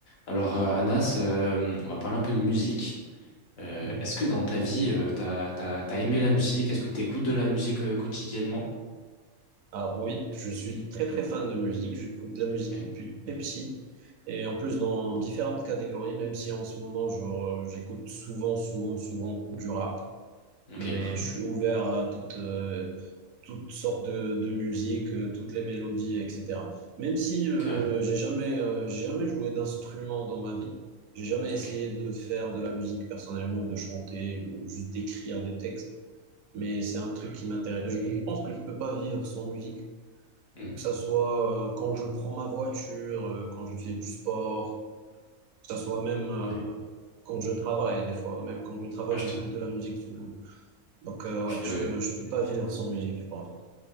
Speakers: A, on the left; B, on the right.
A: Alors, euh, Anas, euh, on va parler un peu de musique. Euh,
B: Mhm.
A: est-ce que dans ta vie, euh, t'as, t'as, t'as aimé la musique? Est-ce que t'écoutes de la musique euh, quotidiennement?
B: Alors oui, je suis très très fan de musique, j'écoute de la musique
A: Ok,
B: depuis très petit et en plus dans différentes catégories, même si en ce moment genre euh, j'écoute souvent souvent souvent du rap,
A: Ok,
B: mais
A: cool.
B: je suis ouvert à toutes euh, toutes sortes de, de musique, euh, toutes les mélodies, etc. Même si euh,
A: Ok, ouais.
B: j'ai jamais euh, j'ai jamais joué d'instrument dans ma vie, j'ai jamais essayé
A: Ok.
B: de faire de la musique personnellement, de chanter ou juste d'écrire des textes, mais c'est un truc qui m'intéresse. Je pense que je peux pas vivre sans musique.
A: Mm,
B: que ça soit euh, quand je prends ma voiture, euh, quand je fais du sport, que ça soit même euh,
A: ouais.
B: quand je travaille des fois, même quand je travaille,
A: Moi, je
B: j'écoute
A: te,
B: de la musique souvent. Donc euh,
A: je
B: ouais,
A: te,
B: je peux je peux pas vivre sans musique, je pense.